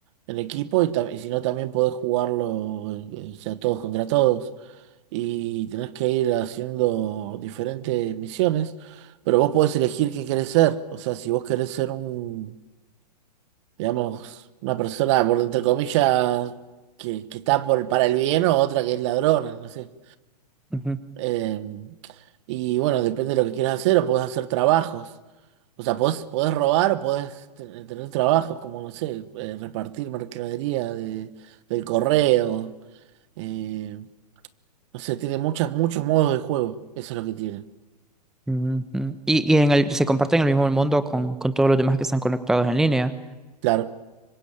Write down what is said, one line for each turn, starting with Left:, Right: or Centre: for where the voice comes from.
Right: en equipo y, ta- y si no también podés jugarlo, eh, o sea, todos contra todos y tenés que ir haciendo diferentes misiones, pero vos podés elegir qué querés ser, o sea, si vos querés ser un digamos, una persona, por entre comillas, que, que está por, para el bien o otra que es ladrona, no sé.
Centre: Ujú,
Right: Eh, y bueno, depende de lo que quieras hacer, o podés hacer trabajos. O sea, podés, podés robar o podés te- tener trabajos como, no sé, eh, repartir mercadería de, del correo. eh, no sé, tiene muchas, muchos modos de juego. Eso es lo que tiene.
Centre: ujú. Y, y en el, se comparten el mismo mundo con, con todos los demás que están conectados en línea.
Right: Claro.